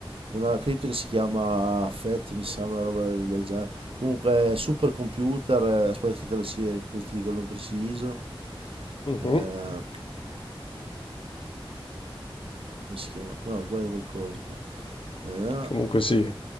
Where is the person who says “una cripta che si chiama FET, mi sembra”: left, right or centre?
Right